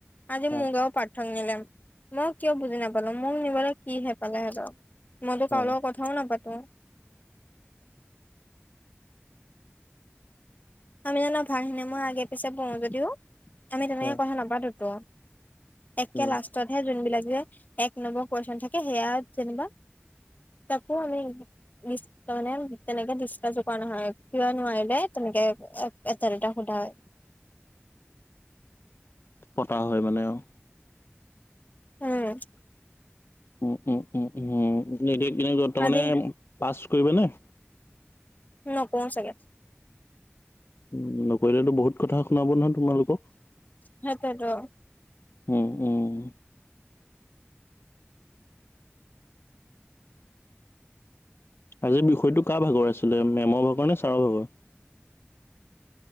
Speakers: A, on the left; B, on the left.
A: আজি মোক
B: অ
A: আৰু পাৰ্থ পাৰ্থক নিলে মই কিয় বুজি নাপালো মোক নিবলৈ কি হেঁ পালে হেতক মই তোৰ কাৰো
B: অ
A: লগত কথা কথাও নাপাতোঁ আমি জানা ভালখিনি মই আগে পিছে বহু যদিও আমি তেনেকৈ
B: অ
A: কথা নাপাতোঁ তো একে
B: উম
A: লাষ্টতহে যোনবিলাক যে এক নম্বৰ কুৱেশ্যন থাকে সেয়া যেনেবা তাকো আমি ডিচ ত মানে তেনেকে ডিক্যশ কৰা নহয় কিয় নোৱাৰিলে তেনেকে এট এটা দুটা সোধা হয়
B: পতা হয় মানে অহ
A: উম
B: উম উম উম উম নিদিত বৰ্তমানে
A: আজি
B: পাছ কৰিবা নে
A: নকওঁ চাগে
B: উম নকৰিলেও তো বহুত কথা শুনাব নহয় তোমালোকক।
A: হয় সেইটোৱেতো
B: উম, উম। আজি বিষয়টো কাৰ ভাগৰ আছিলে মেমৰ ভাগৰ নে ছাৰৰ ভাগৰ?